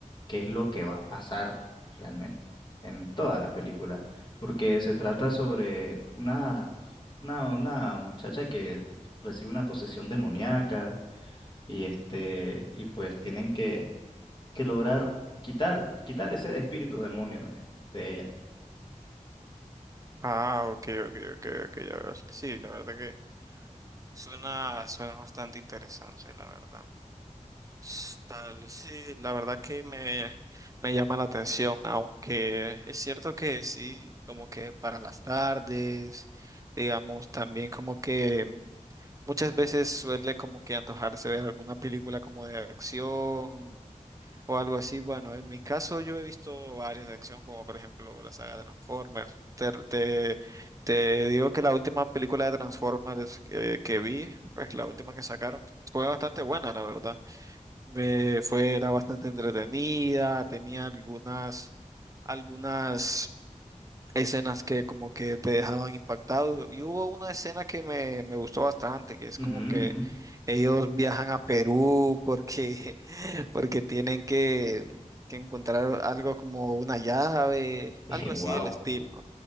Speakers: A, on the left; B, on the right.
A: qué es lo que va a pasar realmente en toda la película, porque se trata sobre una, una, una muchacha que recibe una posesión demoníaca y este, y pues tienen que, que lograr quitar, quitar ese espíritu demonio de, de ella.
B: Ah, ok, ok, ok, ok, ya veo. Sí, la verdad que suena, suena bastante interesante, la verdad. S- Tal, sí, la verdad que me, me llama la atención, aunque es cierto que sí, como que para las tardes, digamos, también como que Muchas veces suele como que antojarse ver alguna película como de acción o algo así. Bueno, en mi caso yo he visto varias de acción, como por ejemplo la saga Transformers. Te, te- te digo que la última película de Transformers que, que vi, pues la última que sacaron, fue bastante buena, la verdad. Me fue, era bastante entretenida, tenía algunas, algunas escenas que como que te dejaban impactado. Y hubo una escena que me, me gustó bastante, que es
A: Ujú,
B: como que
A: ujú.
B: ellos viajan a Perú porque, <laughs> porque tienen que, que encontrar algo como una llave,
A: <laughs>
B: algo
A: Wow.
B: así del estilo.